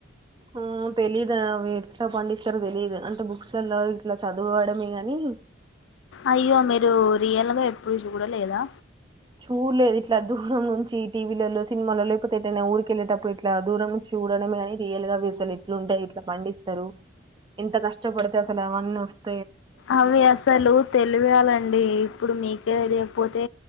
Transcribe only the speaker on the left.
అయ్యో మీరు రియల్ గా ఎప్పుడు చూడలేదా
అవి అసలు తెలవాలండి ఇప్పుడు మీకే తేలి పోతే